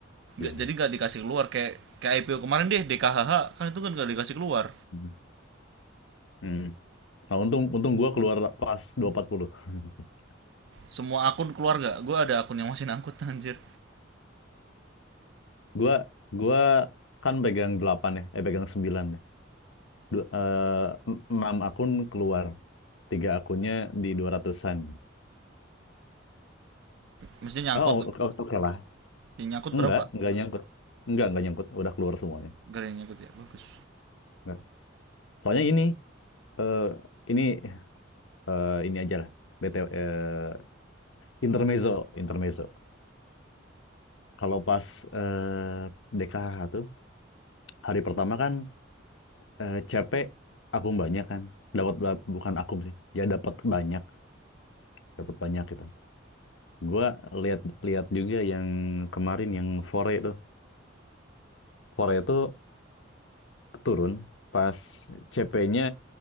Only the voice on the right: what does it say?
Nggak-
jadi
gak dikasih keluar kayak kayak IPO kemarin deh DKHH kan itu kan gak dikasih keluar
semua akun keluar gak gue ada akun yang masih ngangkut <laughs> anjir
maksudnya
nyangkut
yang nyangkut
berapa
gak ada yang nyangkut ya bagus